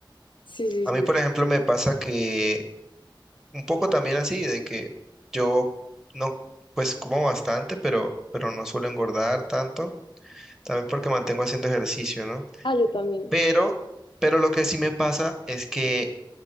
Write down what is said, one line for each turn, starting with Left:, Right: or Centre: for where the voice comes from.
Left: Sí, sí,
Centre: A
Left: sí.
Centre: mí, por ejemplo, me pasa que un poco también así, de que yo no, pues como bastante, pero, pero no suelo engordar tanto, también porque mantengo haciendo ejercicio, ¿no?
Left: Ah, yo también.
Centre: Pero, pero lo que sí me pasa es que